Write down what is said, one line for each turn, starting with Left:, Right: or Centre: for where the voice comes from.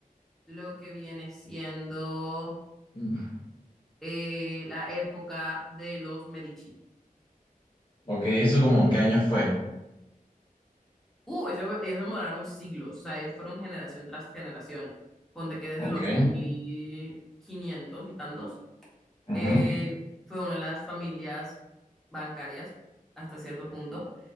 Centre: lo que viene siendo
Left: Mm.
Centre: eh, la época de los Medici.
Left: Ok, ¿eso como en qué año fue?
Centre: Uh, ellos, ellos demoraron siglos, o sea, ellos fueron generación tras generación. Ponte que desde
Left: Ok.
Centre: los 1500 y tantos,
Left: Ujú.
Centre: eh, fue una de las familias bancarias, hasta cierto punto,